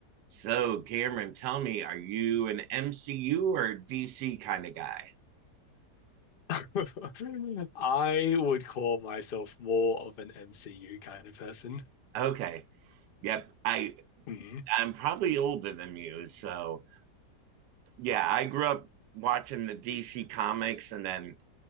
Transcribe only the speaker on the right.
So, Cameron, tell me, are you an MCU or DC kind of guy?
Okay. Yep. I
I'm probably older than you, so yeah, I grew up watching the DC comics and then